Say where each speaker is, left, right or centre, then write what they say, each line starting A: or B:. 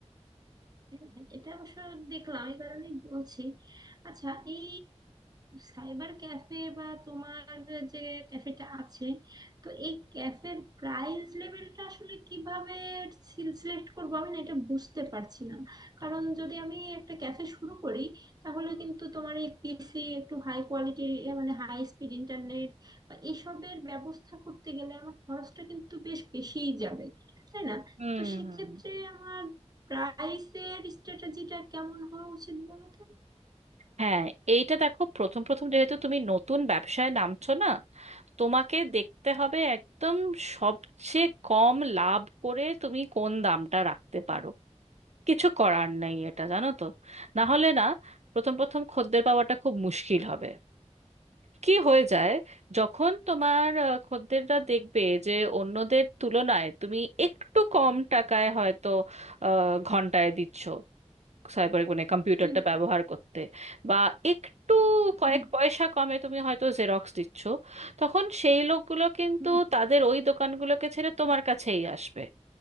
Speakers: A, on the right; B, on the right.
A: হ্যাঁ, হ্যাঁ, এটা অবশ্য দেখলাম এই কারণেই বলছি আচ্ছা এই সাইবার ক্যাফে বা তোমার যে ক্যাফেটা আছে তো এই ক্যাফের প্রাইস লেভেলটা আসলে কিভাবে সিলেক্ট করবো আমি না এটা বুঝতে পারছি না কারণ যদি আমি একটা ক্যাফে শুরু করি তাহলে কিন্তু তোমার এই পিসি একটু হাই কোয়ালিটির মানে হাই স্পিড ইন্টারনেট বা এসবের ব্যবস্থা করতে গেলে আমার খরচটা কিন্তু বেশ বেশিই যাবে তাই না
B: হুম
A: তো সেক্ষেত্রে
B: হুম
A: আমার প্রাইসের স্ট্র্যাটেজিটা কেমন হওয়া উচিত বলো তো?
B: হ্যাঁ এইটা দেখো প্রথম প্রথম যেহেতু তুমি নতুন ব্যবসায় নামছো না তোমাকে দেখতে হবে একদম সবচেয়ে কম লাভ করে তুমি কোন দামটা রাখতে পারো কিছু করার নেই এটা জানো তো না হলে না প্রথম প্রথম খদ্দের পাওয়াটা খুব মুশকিল হবে কি হয়ে যায় যখন তোমার আহ, খদ্দেররা দেখবে যে অন্যদের তুলনায় তুমি একটু কম টাকায় হয়তো আহ, ঘন্টায় দিচ্ছ সাইবার মানে কম্পিউটারটা
A: হুম
B: ব্যবহার করতে বা একটু কয়েক
A: হুম
B: পয়সা কমে তুমি হয়তো জেরক্স দিচ্ছ তখন সেই লোকগুলো কিন্তু
A: হুম
B: তাদের ওই দোকানগুলোকে ছেড়ে তোমার কাছেই আসবে